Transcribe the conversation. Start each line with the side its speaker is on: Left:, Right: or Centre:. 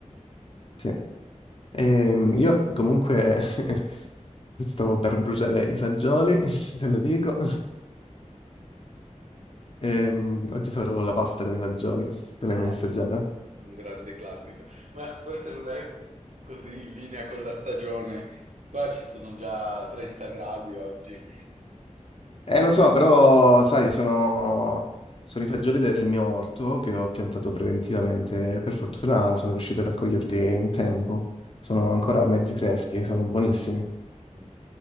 Left: Sì. Ehm, io comunque <laughs> stavo per bruciare i fagioli, <laughs> te lo dico. Ehm, oggi farò la pasta con i fagioli, te l'hai
Right: Ah,
Left: mai assaggiata?
Right: un grande classico, ma forse non è così in linea con la stagione. Qua ci sono già 30 gradi oggi.
Left: Eh, lo so, però, sai, sono, sono i fagioli del mio orto che ho piantato preventivamente. Per fortuna sono riuscito a raccoglierli in tempo. Sono ancora mezzi freschi, sono buonissimi.
Right: Mh.